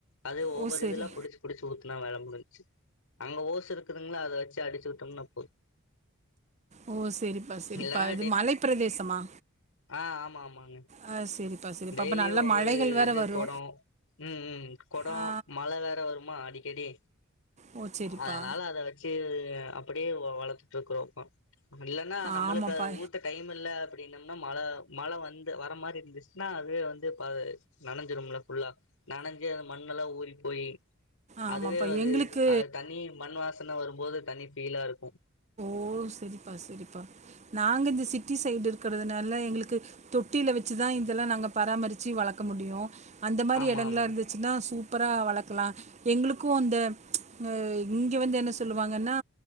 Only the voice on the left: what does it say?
அது ஒவ்வொரு
இதுல்லா புடிச்சு புடிச்சு ஊத் ன்ன வேல முடிஞ்ச்சு அங்க ஓசு இருக்குதுங்களா அத வச்சு அடிச்சு வுட்டோம்னா போது
இல்லன்னா
ஆஹ் ஆமா ஆமாங்க
டெய்லி
ஒவ்வொரு
இது
கொடொ உம் ம் கொடொ
மழ வேற வருமா அடி செடி
அதனால அத வச்சு அப் ப்படியே வ வளர்த்துட்டு இருக்கிறோங்க்கா இல்லன்னா நம்மளுக்கு
அது ஊத்த டைம் இல்ல அப் என்னனா மழ மழ வந்து வர மாரி இருந்துச்சுன்னா அது வந்து பா நனைஞ்சிரும்ல ஃபுல்லா நனைஞ்சு அது மண்ணெல்லா ஊறி போய்
அதுவே அது
அது தனி மண் வாசன வரும்போது தனி ஃபீலா இருக்கு
ஆமா
ஆமா